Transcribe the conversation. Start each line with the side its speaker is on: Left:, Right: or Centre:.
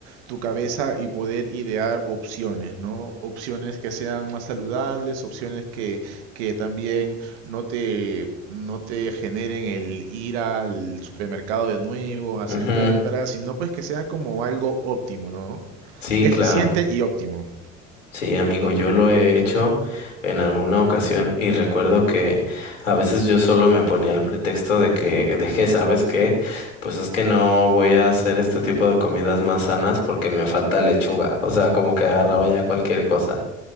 Right: tu cabeza y poder idear opciones, ¿no? Opciones que sean más saludables, opciones que, que también no te, no te generen el ir al supermercado de nuevo a hacer
Left: ujú,
Right: compras, sino pues que sea como algo óptimo, ¿no?
Left: Sí,
Right: Eficiente
Left: claro.
Right: y óptimo.
Left: Sí, amigo, yo lo he hecho en alguna ocasión y recuerdo que a veces yo solo me ponía el pretexto de que, de que, ¿sabes qué? Pues es que no voy a hacer este tipo de comidas más sanas porque me falta lechuga. O sea, como que agarraba ya cualquier cosa.